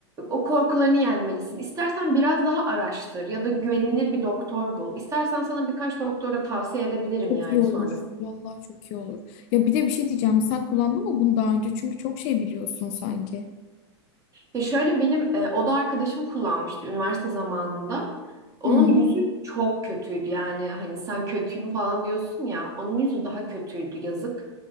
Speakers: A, on the right (about 20°); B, on the left (about 45°).
A: o korkularını yenmelisin. İstersen biraz daha araştır ya da güvenilir bir doktor bul. İstersen sana birkaç doktora tavsiye edebilirim
B: Çok
A: yani
B: iyi olur.
A: sonrasında.
B: Vallahi çok iyi olur. Ya bir de bir şey diyeceğim. Sen kullandın mı bunu daha önce? Çünkü çok şey biliyorsun sanki.
A: Ya şöyle benim e, oda arkadaşım kullanmıştı üniversite zamanında. Onun
B: Hmm.
A: yüzü çok kötüydü yani hani sen kötüyüm falan diyorsun ya onun yüzü daha kötüydü yazık.